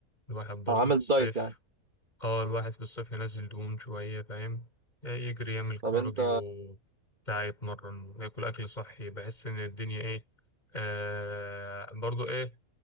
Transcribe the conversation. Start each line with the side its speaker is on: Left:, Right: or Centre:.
Left: الواحد برضه
Right: أو عامل
Left: في الصيف
Right: دايت يعني
Left: اه الواحد في الصيف ينزل دهون شوية فاهم آه، يجري يعمل كارديو
Right: طب انت
Left: بتاع يتمرن ياكل أكل صحي بحس إن الدنيا إيه آه برضو إيه